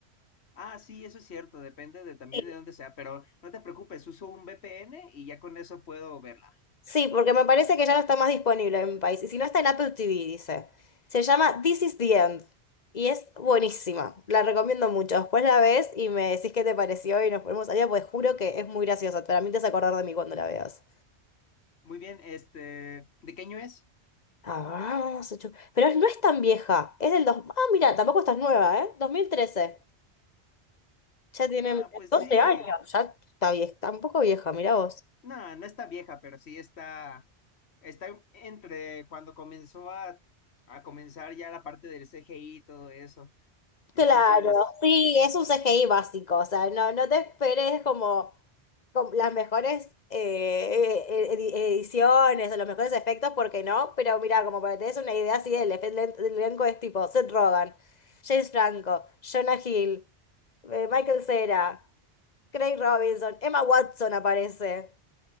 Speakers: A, on the left; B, on the left.
A: Ah, sí, eso es cierto, depende de también
B: Sí.
A: de dónde sea, pero no te preocupes, uso un VPN y ya con eso puedo verla.
B: Sí, porque me parece que ya no está más disponible en mi país. Y si no está en Apple TV, dice. Se llama This is the End. Y es buenísima. La recomiendo mucho. Después la ves y me decís qué te pareció y nos ponemos allá, pues juro que es muy graciosa. Para mí te vas a acordar de mí cuando la veas.
A: Muy bien, este, ¿de qué año es?
B: Ah, se chu- Pero no es tan vieja, es del dos... Ah, mira, tampoco estás nueva, ¿eh? 2013. Ya tiene
A: Ah,
B: mira,
A: pues
B: 12
A: sí.
B: años, ya está vieja, tampoco vieja, mira vos.
A: No, no está vieja, pero sí está, está entre cuando comenzó a, a comenzar ya la parte del CGI y todo eso.
B: Claro,
A: Entonces,
B: sí, es un CGI básico, o sea, no, no te esperes como, como las mejores eh, eh, edi- ediciones o los mejores efectos, porque no, pero mira, como para que te des una idea así, el efe- el elenco es tipo Seth Rogen, James Franco, Jonah Hill, eh, Michael Cera. Craig Robinson, Emma Watson aparece,